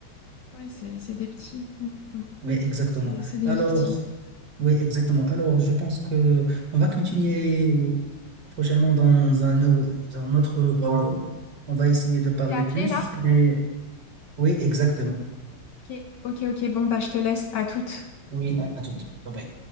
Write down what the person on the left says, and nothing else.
Ouais, c'est c'est des petits. Mm, mm, mm.
C'est c'est des
victimes.
T'es appelé
là?
Ok, ok, ok, bon, bah je te laisse à toutes.